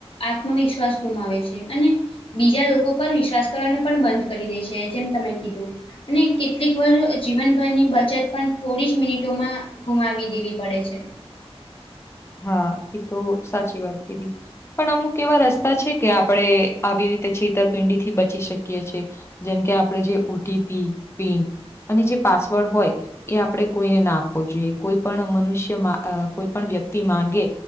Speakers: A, on the left; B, on the left.
A: આત્મવિશ્વાસ ગુમાવે છે અને બીજા લોકો ઉપર વિશ્વાસ કરવાનું પણ બંધ કરી દે છે જેમ તમે કીધું. અને કેટલીક વાર જીવનભરની બાચત પણ થોડી જ મિનિટોમાં ગુમાવી દેવી પડે છે.
B: હા એ તો સાચી વાત કીધી. પણ અમુક એવા રસ્તા છે કે આપડે આવી રીતે છેતરપિંડી થી બચી શકીએ છીએ. જેમકે આપડે જે ઓ ટી પી, પિન અને જે પાસવર્ડ હોય એ આપણે કોઈને ના આપવો જોઈએ કોઈ પણ મનુષ્ય કોઈ પણ વ્યક્તિ માંગે